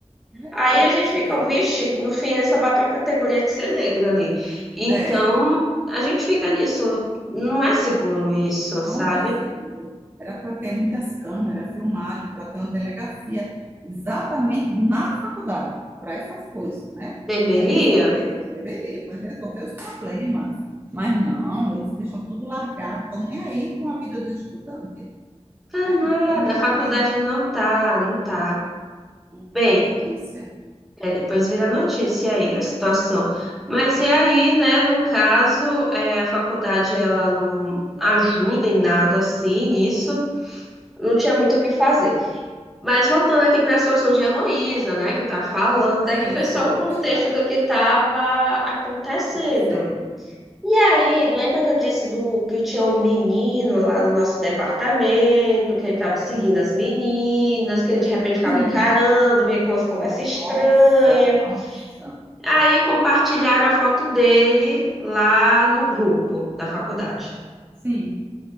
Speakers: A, on the right; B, in the centre.
A: meu
B: Aí
A: Deus.
B: a gente fica, vixe, no fim ele só bateu a categoria de ser negro ali. Então,
A: É.
B: a gente fica nisso. Não é seguro isso,
A: Não
B: sabe?
A: é seguro. Era para ter muitas câmeras, filmagem, para ter uma delegacia exatamente na faculdade, para essas coisas, né?
B: Deveria?
A: Para já resolver, deveria, para resolver os problemas. Mas não, eles deixam tudo largado, estão nem aí com a vida do estudante,
B: Tá
A: né?
B: nada,
A: Não estão nem
B: a faculdade
A: aí,
B: não tá, não tá.
A: não
B: Bem,
A: vira notícia.
B: é, depois vira notícia aí a situação. Mas e aí, né, no caso, é, a faculdade ela não ajuda em nada assim nisso, não tinha muito o que fazer. Mas voltando aqui para a situação de Heloísa, né, que eu estava falando,
A: Sim,
B: daqui foi só
A: foi,
B: um contexto
A: verdade,
B: do que estava acontecendo.
A: acontecendo.
B: E aí, lembra que eu disse do que tinha um menino lá no nosso departamento, que ele estava seguindo
A: Hum,
B: as meninas, que ele de repente ficava
A: Sim,
B: encarando, vinha com umas conversas estranhas.
A: nossa, nossa,
B: Aí compartilharam a foto dele lá no grupo da faculdade.
A: sim,